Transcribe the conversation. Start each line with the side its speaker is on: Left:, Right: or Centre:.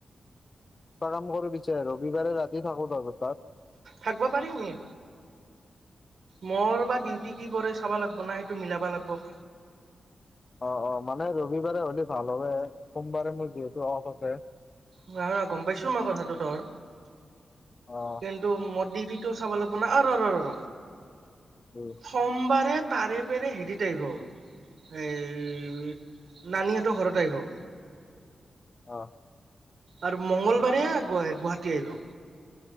Left: এটা কাম কৰিব বিচাৰে ৰবিবাৰে ৰাতি থাকো তহতৰ তাত।
Right: থাকবা পাৰিমে। মোৰ বা ডিউটি কি বাৰে চাবা লাগিব না সেইটো মিলাবা লাগিবো।
Left: অ', অ', মানে ৰবিবাৰে হ'লে ভাল হব, সোমবাৰে মোৰ যিহেতু অফ আছে।
Right: নহয়-নহয় গম পাইছো মই কথাটো তৰ।
Left: অ'।
Right: কিন্তু ম দিওতিটো চাব লাগিবো না অ', ৰ-ৰ।
Left: উম।
Right: সোমবাৰে তাৰে পেৰে হেৰিত আইভু। এই নানি হাঁতৰ ঘৰত আহিবো।
Left: অ।
Right: আৰু মংগলবাৰে গুৱাহাটী আহিব।